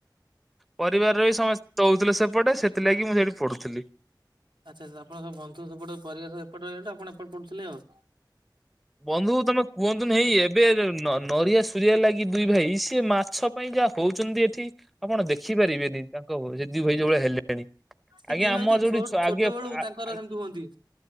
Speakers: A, in the centre; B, on the right.
A: ପରିବାର ର ବି ସମସ୍ତେ ରହୁଥିଲେ ସେପଟେ ସେଥିଲାଗି ମୁଁ ସେଠି ପଢୁଥିଲି।
B: ଆଚ୍ଛା ଆଛା ଆପଣଙ୍କ ବୁନ୍ଧୁ ସେପଟେ ପରିବାର ସବୁ ଏପଟେ ରହିଗଲେ ଆପଣ ଏପଟେ ପଢୁଥିଲେ ଆଉ।
A: ବନ୍ଧୁ ତମେ କୁହନ୍ତୁନି ହେଇ ଏବେ ନ ନ ନରିଆ ସୁରିଆ ଲାଗି ଦୁଇ ଭାଇ ସିଏ ମାଛ। ପାଇଁ ଯାହା ହଉଛନ୍ତି ଏଠି ଆପଣ ଦେଖି ପାରିବେନି ତାଙ୍କ କୁ ସେ ଦି ଭାଇ ଯୋଉଭଳିଆ ହେଲେଣି।
B: ସେ
A: ଆଜ୍ଞା
B: ଦି ଭାତ
A: ଆମର
B: ତ
A: ଯୋଉଠି
B: ଛୋ
A: ଛ
B: ଛୋଟବେଳୁ
A: ଆଗେ ଆ
B: ତାଙ୍କର
A: ଆ-
B: ସେମିତି ହୁଅନ୍ତି।